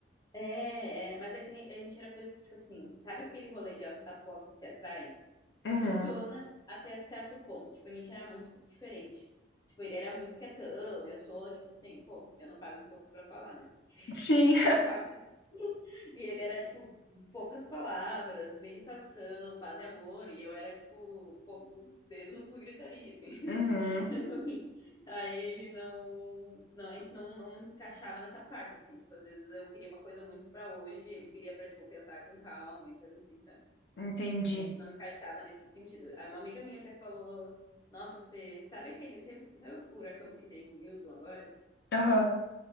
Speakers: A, on the left (about 20°); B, on the left (about 65°).
A: É, é, mas é que a gente era pessoa, tipo assim, sabe aquele rolê de a- apostas se atraem?
B: Uhum.
A: funciona até certo ponto. Tipo, a gente era muito diferente. Tipo, ele era muito quietão, eu sou, tipo assim, pô, eu não pago imposto pra falar, né?
B: Sim.
A: <laughs> Se eu pagar. E ele era, tipo, poucas palavras, meditação, paz e amor, e eu era, tipo, fogo, dedo no cu e gritaria, assim. <laughs>
B: Uhum,
A: Aí ele não, não, a gente não, não encaixava nessa parte, assim, tipo, às vezes eu queria uma coisa muito pra hoje, ele queria pra, tipo, pensar com calma e coisa assim, sabe?
B: entendi.
A: A gente não encaixava nesse sentido. Uma amiga minha até falou: Nossa, você sabe aquele. Teve, sabe o furacão que teve o Milton agora?
B: Aham,